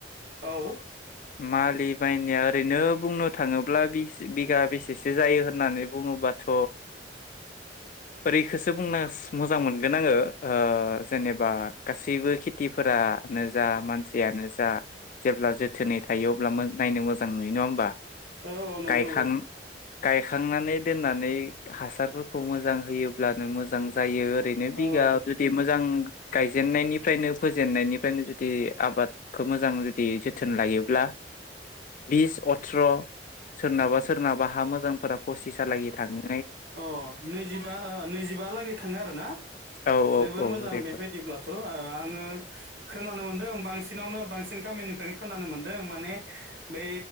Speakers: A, on the right; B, on the left.
A: औ।
B: मालि बायनाया ओरैनो बुंनो थाङोब्ला बिस बिगा बेसेसो जायो होननानै बुङोबाथ' ओरैखौसो बुंनो मोजां मोनगोन आङो ओ जेनेबा गासैबो खेथिफोरानो जा मानसियानो जा जेब्ला जोथोनै थायो अब्ला नाय मोजां नुयो नङा होमबा?
A: औ नंगौ
B: गायखां
A: नंगौ।
B: गायखांनानै दोननानै हासारफोरखौ मोजां होयोब्लानो मोजां जायो। ओरैनो बिगा
A: औ
B: जुदि मोजां गायजेननायनिफ्रायनो फोजेननायनिफ्रायनो जुदि आबादखौ मोजां जुदि जोथोन लायो। ब्ला बिस अथ्र' सोरनाबा सोरनाबा हा मोजांफोरा पसिसालागै थाङो।
A: अ नैजिबा नैजिबा लागै थाङो आरोना
B: औ औ
A: जोबोर
B: औ
A: मोजां
B: रेकर्ड
A: बेबायदिब्लाथ' आङो खोनानो मोन्दों बांसिन बिसिनावनो बांसिन गामिनिफ्रायनो खोनानो मोन्दों माने बे